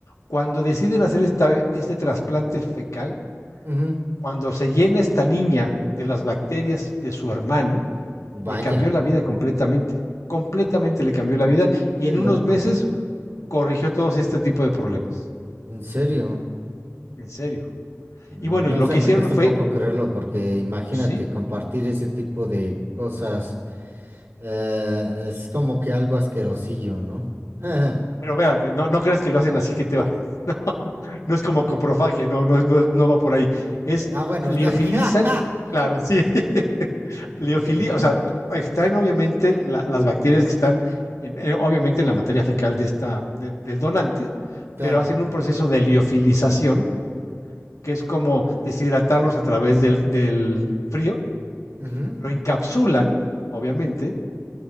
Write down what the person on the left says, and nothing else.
Cuando deciden hacer esta, este trasplante fecal,
cuando se llena esta niña de las bacterias de su hermano,
le cambió la vida completamente, completamente le cambió la vida y
en
unos meses corrigió todos este tipo de problemas.
En serio.
Y bueno, y lo
que
hicieron
fue,
sí,
Pero espérate, no, no creas que lo hacen así que te va. <laughs> No, no es como coprofagia, no, no, es- no, es- no va por ahí. Es
liofilizan,
claro, sí. <laughs>
Liofilía,
o sea, extraen obviamente la- las bacterias que están en- en- obviamente en la materia fecal de esta, de- del donante,
pero hacen un proceso de liofilización, que es como deshidratarlos a través del, del frío,
lo encapsulan, obviamente,